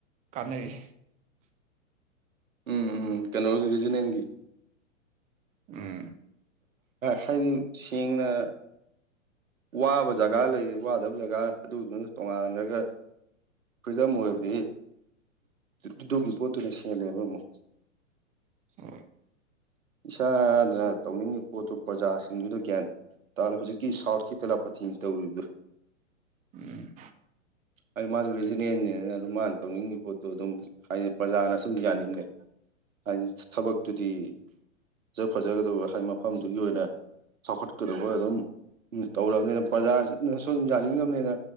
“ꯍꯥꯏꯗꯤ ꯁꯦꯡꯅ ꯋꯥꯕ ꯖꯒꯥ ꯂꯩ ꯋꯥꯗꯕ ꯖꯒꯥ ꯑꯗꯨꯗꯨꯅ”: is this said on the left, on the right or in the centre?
Right